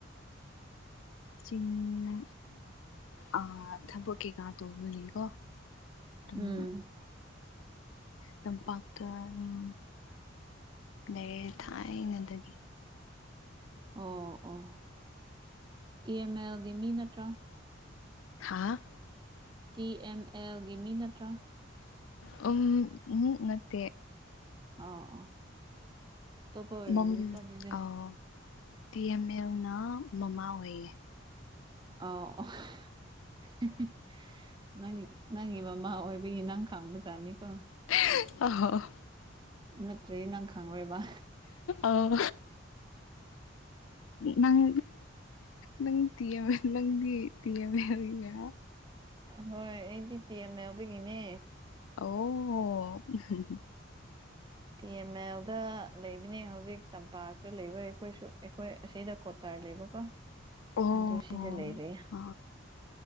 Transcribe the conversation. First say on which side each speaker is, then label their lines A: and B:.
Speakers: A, on the left (about 85°); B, on the right (about 20°).
A: ꯆꯤꯡꯗ ꯑꯥ ꯊꯕꯛ ꯀꯩꯀꯥ ꯇꯧꯕꯒꯤꯀꯣ ꯑꯗꯨꯝ
B: ꯎꯝ
A: ꯇꯝꯄꯥꯛꯇ ꯑꯗꯨꯝ ꯂꯩꯔꯦ ꯊꯥꯏꯅꯗꯒꯤ
B: ꯑꯣ ꯑꯣ ꯇꯤ. ꯑꯦꯝ. ꯑꯦꯜ. ꯒꯤ ꯃꯤ ꯅꯠꯇ꯭ꯔꯥ
A: ꯍꯥꯥ.....
B: ꯇꯤ ꯑꯦꯝ ꯑꯦꯜꯒꯤ ꯃꯤ ꯅꯠꯇ꯭ꯔꯥ
A: ꯎꯝ ꯎꯝ ꯅꯠꯇꯦ
B: ꯑ ꯑ ꯇꯣꯞꯄ ꯑꯣꯏꯔꯝꯒꯅꯤꯀꯣ
A: ꯃꯝ
B: ꯑꯗꯨꯗꯤ
A: ꯑꯥꯎ ꯇꯤ ꯑꯦꯝ ꯑꯦꯜꯅ ꯃꯃꯥ ꯑꯣꯏꯌꯦ
B: ꯑꯣ <unintelligible> ꯅꯪ ꯅꯪꯒꯤ ꯃꯃꯥ ꯑꯣꯏꯕꯒꯤ ꯅꯪ ꯈꯥꯡꯕꯖꯥꯠꯅꯤꯀꯣ
A: <unintelligible> ꯑꯣ
B: ꯅꯠꯇ꯭ꯔꯗꯤ ꯅꯪ ꯈꯪꯔꯣꯏꯕ
A: ꯑꯣ ꯅꯪ ꯅꯪ ꯇꯤ ꯑꯦꯝ ꯑꯦꯜ ꯅꯪꯒꯤ ꯇꯤ ꯑꯦꯝ ꯑꯦꯜ ꯒꯤꯔꯥ
B: ꯍꯣꯏ ꯑꯩꯗꯤ T M L ꯗꯒꯤꯅꯦ
A: O <unintelligible>
B: T M ꯑꯦꯜꯗ ꯂꯩꯕꯅꯦ ꯍꯧꯖꯤꯛ ꯇꯝꯄꯥꯛꯇ ꯂꯩꯕ ꯑꯩꯈꯣꯏꯁꯨ ꯑꯩꯈꯣꯏ ꯑꯁꯤꯗ ꯀ꯭ꯋꯥꯇꯥꯔ ꯂꯩꯕ ꯀꯣ
A: ꯑꯣ
B: ꯗꯨ ꯁꯤꯗ ꯂꯩꯔꯦ
A: ꯑ